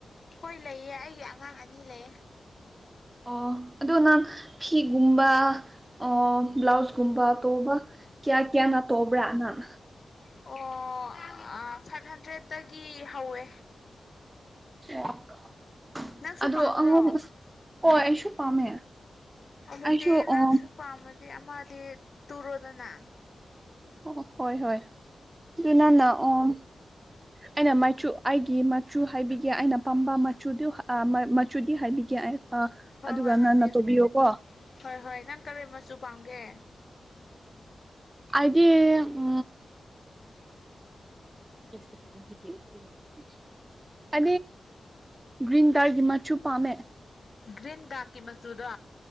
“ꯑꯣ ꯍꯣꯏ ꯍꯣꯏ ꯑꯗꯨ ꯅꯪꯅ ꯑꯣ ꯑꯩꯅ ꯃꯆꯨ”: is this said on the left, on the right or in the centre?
Right